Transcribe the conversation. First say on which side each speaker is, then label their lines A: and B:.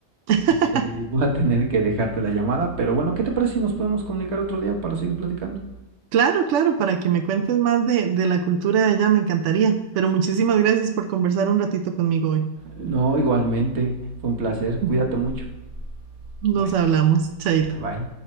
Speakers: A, on the right; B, on the right.
A: <laughs>
B: Este, voy a tener que dejarte la llamada, pero bueno, ¿qué te parece si nos podemos comunicar otro día para seguir platicando?
A: Claro, claro, para que me cuentes más de, de la cultura de allá, me encantaría. Pero muchísimas gracias por conversar un ratito conmigo hoy.
B: No, igualmente. Fue un placer. Cuídate
A: <laughs>
B: mucho.
A: Nos
B: Bye.
A: hablamos, chaito.
B: Vale, bye.